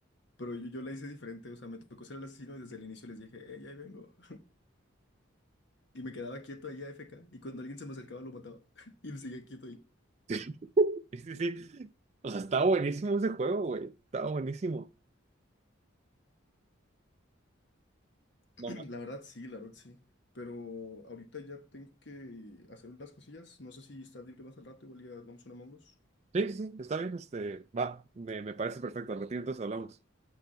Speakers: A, on the left (about 55°); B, on the right (about 35°).
A: Pero yo, yo la hice diferente, o sea, me tocó ser el asesino y desde el inicio les dije, hey, ahí vengo. <laughs> Y me quedaba quieto ahí a F K y cuando alguien se me acercaba lo mataba, <laughs> y me seguía quieto ahí.
B: <laughs> Sí, sí, sí. O sea, está buenísimo ese juego, güey. Está buenísimo.
A: <clears throat>
B: No, ma-
A: La verdad sí, la verdad sí. Pero ahorita ya tengo que hacer unas cosillas, no sé si estás libre más al rato, igual ya vamos a una Among Us.
B: Sí, sí, sí, está bien. Este, va, me, me parece perfecto. Al ratito entonces hablamos.